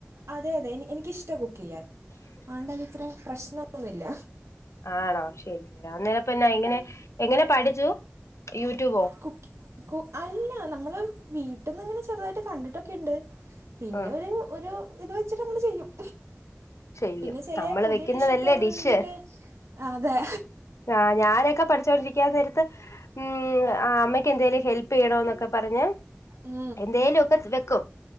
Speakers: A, on the right; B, on the left.
A: അതെ അതെനി എനിക്കിഷ്ട കുക്ക് ചെയ്യാൻ അതൊണ്ടത് ഇത്രയും പ്രശ്നംൊന്നുമില്ല
B: ആണോ ശരി ശരി അന്നേിലപ്പ എന്നാ എങ്ങനെ എങ്ങനെ പഠിച്ചു യൂട്യൂബോ
A: കു കു അല്ല നമ്മള് വീട്ടന്ന് ഇങ്ങനെ ചെറുതായിട്ട് കണ്ടിട്ടൊക്കെുണ്ട് പിന്നെ
B: ആഹ്
A: ഒരു ഒരു ഇത് വെച്ചിട്ട അങ്ങൾ ചെയ്യും
B: ചെയ്യും
A: പിന്നെ ചില
B: നമ്മള്
A: പുതിയ
B: വെക്കുന്നതല്ലേ
A: ഡിഷൊക്കെ ആണെന്നെങ്കിൽ
B: ഡിഷ്
A: അതെ
B: ആഞാനൊക്കെ പഠിച്ചൊണ്ടിരിക്കാ നേരത്ത് ഉം അമ്മക്ക് എന്തേലും ഹെൽപ് ചെയ്യണോ എന്നൊക്കെ പറഞ്ഞ്
A: ഉം
B: എന്തേലും ഒക്കെ വെക്കും